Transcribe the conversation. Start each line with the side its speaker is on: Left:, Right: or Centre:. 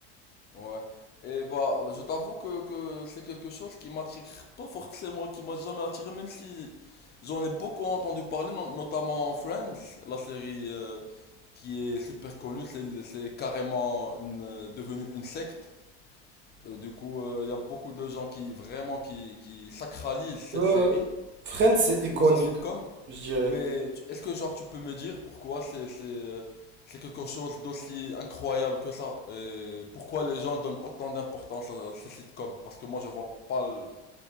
Left: Ouais. Et bah, je t'avoue que, que c'est quelque chose qui m'attire pas forcément, qui m'a jamais attiré, même si j'en ai beaucoup entendu parler, no- notamment Friends, la série euh, qui est super connue, c'est c'est carrément une euh, devenue une secte. Euh, du coup, euh, il y a beaucoup de gens qui vraiment qui, qui sacralisent cette
Right: Ouais,
Left: série.
Right: ouais. Friends, c'est iconique,
Left: ou ce sitcom,
Right: je dirais.
Left: mais tu- est-ce que genre tu peux me dire pourquoi c'est c'est euh, c'est quelque chose d'aussi incroyable que ça et pourquoi les gens donnent autant d'importance à ces sitcoms? Parce que moi je vois pas le-